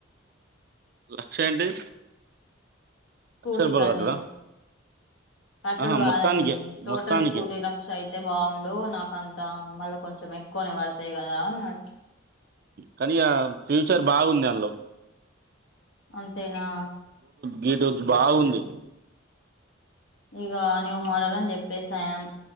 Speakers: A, on the right; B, on the left.
A: లక్స్ ఏంటి
B: స్కూటి
A: లక్ష రూపాయలు
B: కండి
A: కట్టుడా
B: కట్టడు
A: ఆహా
B: కాదండి
A: మొత్తానికే
B: టోటల్
A: మొత్తానికే
B: స్కూటీ లక్ష అయితే బాగుండు నాకంతా మళ్ళ కొంచెం ఎక్కువనే పడతాయి కదా అన్నాడు
A: కానిక ఫ్యూచర్ బాగుంది అందులో
B: అంతేనా
A: గీటోస్ బాగుంది
B: ఇగ న్యూ మోడల్ అని చెప్పేస్యాం